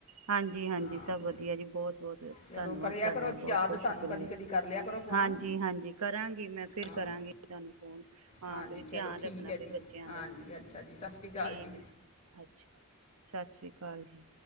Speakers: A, on the right; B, on the left.
A: ਹਾਂਜੀ- ਹਾਂਜੀ
B: ਹਾਂ
A: ਸਭ
B: ਚ-
A: ਵਧੀਆ ਜੀ ਬਹੁਤ -ਬਹੁਤ
B: ਚਲੋ
A: ਧੰਨਵਾਦ
B: ਕਰਿਆ
A: ਤੁਹਾਡਾ
B: ਕਰੋ
A: ਬਹੁਤ
B: ਯਾਦ
A: -ਬਹੁਤ
B: ਸਾਨੂੰ
A: ਸ਼ੁਕਰੀਆ
B: ਕਦੀ ਕਦੀ ਕਰ ਲਿਆ ਕਰੋ ਫੋਨ
A: ਹਾਂਜੀ। ਹਾਂਜੀ ਕਰਾਂਗੀ ਮੈਂ ਫਿਰ
B: ਹਾਂ
A: ਕਰਾਂਗੀ ਤੁਹਾਨੂੰ ਫੋਨ। ਹਾਂ
B: ਹਾਂਜੀ
A: ਤੁਸੀਂ
B: ਚਲੋ
A: ਧਿਆਨ
B: ਠੀਕ
A: ਰੱਖਣਾ ਆਪਣੇ
B: ਹੈ ਜੀ
A: ਬੱਚਿਆਂ
B: ਹਾਂਜੀ
A: ਦਾ
B: ਅੱਛਾ ਜੀ ਸਤਿ ਸ਼੍ਰੀ ਅਕਾਲ
A: ਠੀਕ
B: ਜੀ
A: ਹੈ। ਅੱਛਾ, ਸਤਿ ਸ਼੍ਰੀ ਅਕਾਲ ਜੀ।